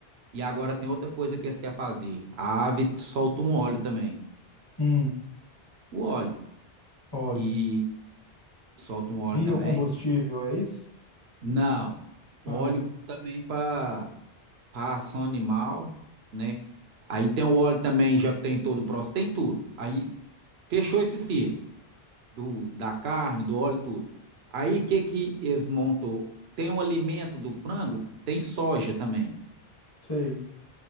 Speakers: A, on the right; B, on the left.
A: E agora tem outra coisa que eles querem fazer. A ave solta um óleo também.
B: hum.
A: O óleo.
B: Óleo.
A: E solta um óleo
B: Biocombustível,
A: também.
B: é isso?
A: Não. Óleo
B: Ah,
A: também para ração animal, né? Aí tem o óleo também, já tem todo o processo, tem tudo. Aí fechou esse circo do, da carne, do óleo, tudo. Aí o que que eles montam? Tem um alimento do frango que tem soja também.
B: sei.